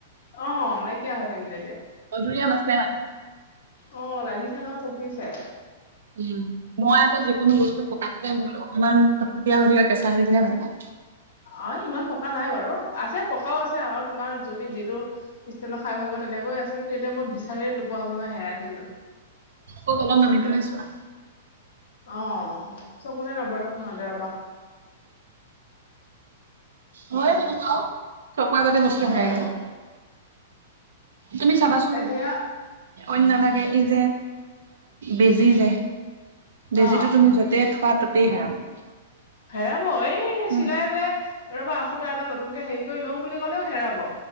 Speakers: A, on the left (about 75°); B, on the right (about 80°).
A: অ নাইকিয়া হৈ থাকিল এতিয়া।
B: মধুৰিআম আছে মানে।
A: অ লাগিছে ন পকিছে।
B: উম মই আকৌ যিকোনো বস্তু পকাতকে অকমান খটকটীয়া হৈ থাকা কেঁচা হৈ থাকিলে ভাল পাওঁ।
A: অ ইমান পকা নাই বাৰু। আছে পকাও আছে আৰু তোমাৰ তুমি যিটো ষ্টাইলৰ খাই ভাল পাৱা তেনেকৈ আছে। কিন্তু এতিয়া মই বিচাৰিয়ে নোপোৱা হ'লো নহয় হেৰাই থাকিল।
B: অ অলপ নামি পেলাই চোৱা।
A: অ চকুতে নপৰে তৎক্ষণাতে ৰ'বা।
B: হ'য়েই তেনেকুৱা অ, চকুৰ আগতে বস্তু
A: হয়
B: হেৰাই
A: আকৌ
B: যায়। তুমি চাবাচোন
A: এতিয়া
B: অইন নালাগে এই যে আ বেজি যে বেজিটো
A: অ
B: তুমি য য'তে থোৱা ত'তেই হেৰাব।
A: হেৰাব এই
B: উম
A: চিলাই পেলাই ৰ'বা সূতা এডাল নতুনকে হেৰি কৰি লওঁ বুলি ক'লেও হেৰাব।